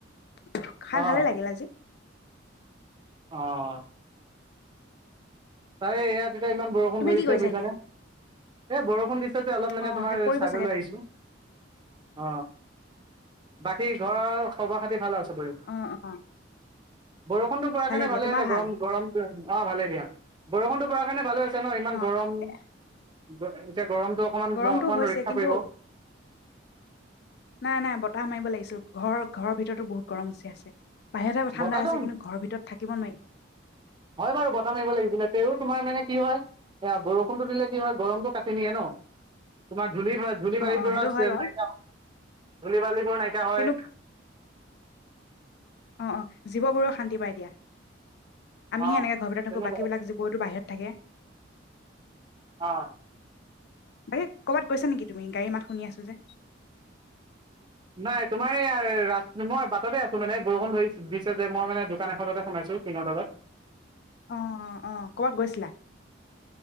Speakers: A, on the left (about 55°); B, on the right (about 25°).
A: <unintelligible> খাই
B: অ
A: ভালে লাগিল আজি
B: অ' <unintelligible> ইয়াত দু ইমান বৰষুণ
A: তুমি
B: ধৰিছে
A: কি কৰিছা
B: বুজিছানে
A: এতিয়া
B: এই বৰষুণ দিছে যে অলপ মানে
A: অ
B: তোমাৰ
A: একে পৰিব
B: ছাইডলৈ
A: চাগে তাতে
B: আহিছোঁ অ বাকী ঘৰৰ খবৰ খাটি ভাল আৰ চবৰে,
A: অ অ
B: বৰষুণটো পৰা কাৰণে
A: দিয়া
B: ভালে
A: তোমাৰ
B: হৈছে
A: ভাল
B: গৰম-গৰমটো অ', ভালে দিয়া। বৰষুণৰ কাৰণ ভালে হৈছে। চে, ন' ইমান
A: অ
B: গৰম। াৰ
A: এ,
B: <unintelligible> গৰমটো অকণমান,
A: গৰমটো
B: অকণমান
A: হৈছে
B: ৰক্ষা
A: কিন্তু
B: পৰিব।
A: নাই নাই বতাহ মাৰিব লাগিছিল ঘৰ ঘৰৰ ভিতৰতো বহুত গৰম উচি আছে। বাহিৰতহে ঠাণ্ডা
B: বতাহটো
A: হৈছে কিন্তু ঘৰৰ ভিতৰত থাকিব নোৱাৰি
B: হয় বাৰু বতাহ মাৰিব লাগিছিলে তেত্ত তোমাৰ মানে কি হয় এয়া বৰষুণতটো দিলে কি হয় গৰমটো কাটি নিয়ে ন তোমাৰ <unintelligible>
A: অ অ
B: পৰা
A: সেইটো
B: আছে
A: হয় বাৰু
B: নাই ধুনিবে কোৰ নাইকা হয়।
A: কিন্তু অ-অ জীৱবোৰো শান্তি পাই দিয়া। আমি
B: অ
A: সে এনেকা ঘৰতে থাকো
B: তেনেকুৱাই
A: বাকী বিিলাক জিবুৱতো বাহিৰত, টাকে
B: অ'
A: বাকী কৰ'বাত গৈছা নেকি তুমি গাড়ী মাত শুনি আছো যে
B: নাই তোমাৰ এই ৰা, মই বাটতে আছোঁ মানে বৰষুণ ধৰি দিছে যে, মই মানে দোকান এখনতে সোমাইছো টিঙৰ তলত
A: অ', অ', অ', কৰ'বাত গৈছিলা?